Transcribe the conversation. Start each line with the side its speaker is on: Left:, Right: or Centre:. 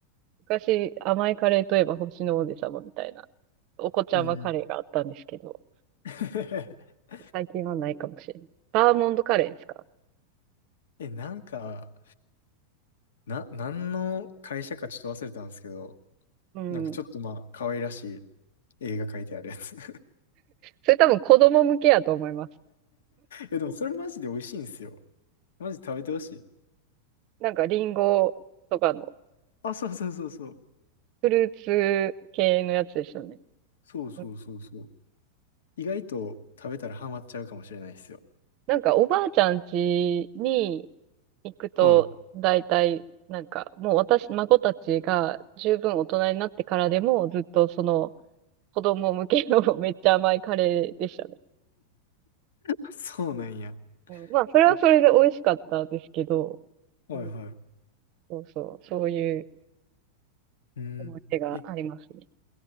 Right: 昔、甘いカレーといえば星の王子様みたいな、お子ちゃまカレーがあったんですけど、
Left: えー <laughs>
Right: 最近はないかもしれない。バーモントカレーですか
Left: え、なんか、な、何の会社かちょっと忘れたんですけど、
Right: うん。
Left: なんかちょっとまあ、可愛らしい映画描いてあるやつ。<laughs> い
Right: それ多分子供向けやと思います。
Left: や、でもそれマジで美味しいんですよ。マジ食べてほしい。
Right: なんかリンゴとかの、
Left: あ、そうそうそうそう。
Right: フルーツ系のやつですよね。
Left: そうそうそうそう。
Right: うん
Left: 意外と食べたらハマっちゃうかもしれないですよ。
Right: なんかおばあちゃん家に行くと、
Left: はい。
Right: 大体、なんかもう私、孫たちが十分大人になってからでもずっとその子供向けの <laughs> めっちゃ甘いカレーでしたね。
Left: あそうなんや。
Right: うん、まあ、それはそれで美味しかったですけど、
Left: え、はいはい。
Right: うん、そうそう、そういう
Left: うん。
Right: 思い出がありますね。
Left: え、